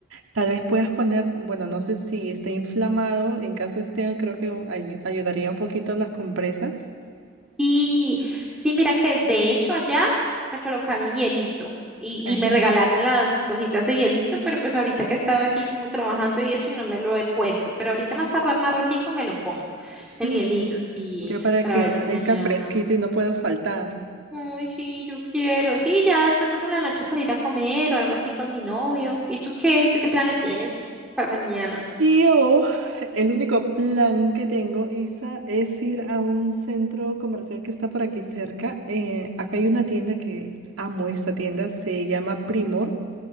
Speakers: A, on the right (about 80°); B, in the centre.
A: Tal vez puedas poner, bueno, no sé si está inflamado, en caso esté, creo que ay- ayudaría un poquito las compresas.
B: Sí, sí, mira que de hecho allá me colocaron hielito y,
A: Ajá.
B: y me regalaron las cositas de hielito, pero pues ahorita que he estado aquí como trabajando y eso no me lo he puesto, pero ahorita más tarde, más ratico me lo pongo,
A: Sí,
B: el hielito, sí,
A: ya para
B: para
A: que
B: ver
A: amanezca
B: si mañana.
A: fresquito y no puedas faltar.
B: Uy, sí, yo quiero. Sí, ya de pronto por la noche salir a comer o algo así con mi novio. ¿Y tú qué? ¿Tú qué planes tienes para mañana?
A: Yo, el único plan que tengo, Isa, es ir a un centro comercial que está por aquí cerca. Eh, acá hay una tienda que amo esta tienda, se llama Primor